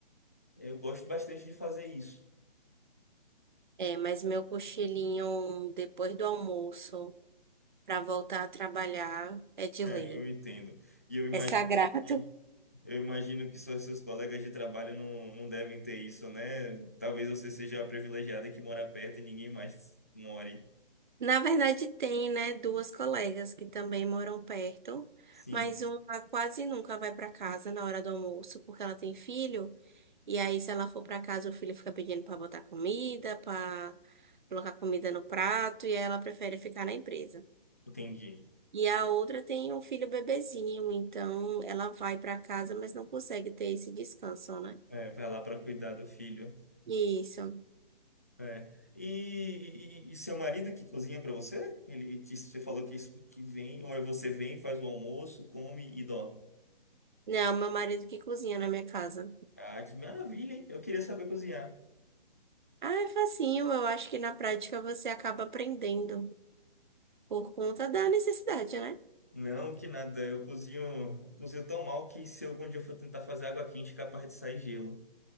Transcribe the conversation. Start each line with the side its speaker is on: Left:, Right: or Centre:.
Left: Eu gosto bastante de fazer isso.
Right: É, mas meu cochilinho depois do almoço, pra voltar a trabalhar, é de
Left: É,
Right: lei.
Left: eu entendo. E eu imagino
Right: É sagrado.
Left: que, eu imagino que só seus colegas de trabalho não, não devem ter isso, né? Talvez você seja a privilegiada que mora perto e ninguém mais more.
Right: Na verdade, tem, né, duas colegas que também moram perto,
Left: Sim,
Right: mas uma quase nunca vai para casa na hora do almoço, porque ela tem filho, e aí se ela for para casa, o filho fica pedindo para botar comida, para colocar comida no prato, e aí ela prefere ficar na empresa.
Left: entendi.
Right: E a outra tem um filho bebezinho, então ela vai para casa, mas não consegue ter esse descanso, né?
Left: É, vai lá para cuidar do filho.
Right: Isso.
Left: É. E, e- e seu marido que cozinha para você? Ele que você falou que, isso- que vem, ou é você vem, faz o almoço, come e dorme.
Right: Não, meu marido que cozinha na minha casa.
Left: Ah, que maravilha, hein? Eu queria saber cozinhar.
Right: Ah, é facinho, eu acho que na prática você acaba aprendendo. Por conta da necessidade, né?
Left: Não, que nada. Eu cozinho, eu cozinho tão mal que se algum dia eu for tentar fazer água quente, é capaz de sair gelo.